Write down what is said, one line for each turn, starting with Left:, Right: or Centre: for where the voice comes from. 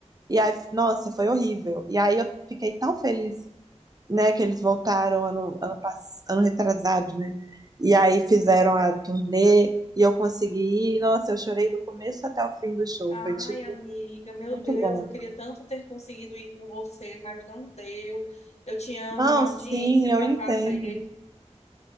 Right: E aí, nossa, foi horrível. E aí eu fiquei tão feliz né? Que eles voltaram ano, ano, pass- ano retrasado, né? E aí fizeram a turnê e eu consegui ir. Nossa, eu chorei do começo até o fim do show.
Left: Ai,
Right: Foi, tipo,
Left: amiga, meu
Right: muito
Left: Deus,
Right: bom.
Left: eu queria tanto ter conseguido ir com você, mas não deu. Eu tinha
Right: Não,
Left: uma audiência
Right: sim, eu
Left: para
Right: entendo.
Left: fazer.